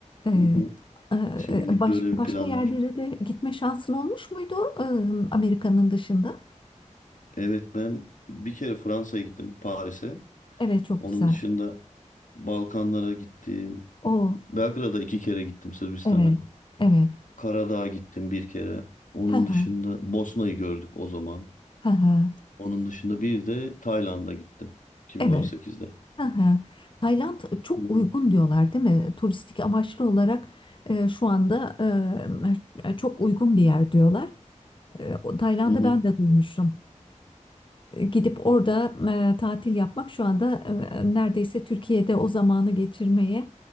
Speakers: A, on the left; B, on the left.
A: Ee,
B: Hı hı. Şimdilik
A: e, baş-
B: böyle bir
A: başka
B: plan
A: yerlere
B: var.
A: de gitme şansın olmuş muydu e, Amerika'nın dışında?
B: Evet ben bir kere Fransa'ya gittim Paris'e.
A: Evet, çok
B: Onun
A: güzel.
B: dışında Balkanlara gittim.
A: O,
B: Belgrad'a iki kere gittim Sırbistan'a.
A: evet, evet.
B: Karadağ'a gittim bir kere. Onun
A: Ha
B: dışında
A: ha,
B: Bosna'yı gördük o zaman.
A: ha ha.
B: Onun dışında bir de Tayland'a gittim 2018'de.
A: Evet, ha ha. Tayland çok
B: Hı hı.
A: uygun diyorlar, değil mi? Turistik amaçlı olarak e, şu anda e, çok uygun bir yer diyorlar. E, o- Tayland'ı
B: Hı hı.
A: ben de duymuştum. gidip orada e, tatil yapmak şu anda e, neredeyse Türkiye'de o zamanı geçirmeye